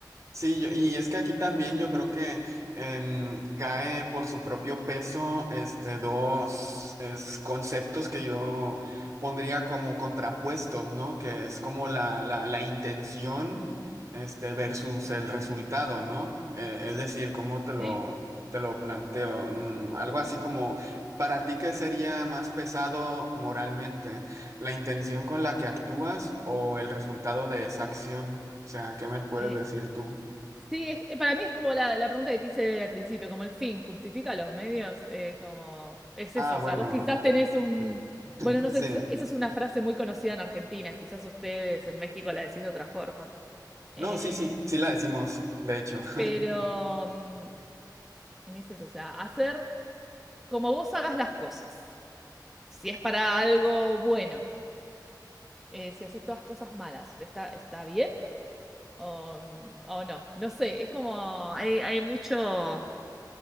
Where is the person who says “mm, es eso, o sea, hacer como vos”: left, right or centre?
Centre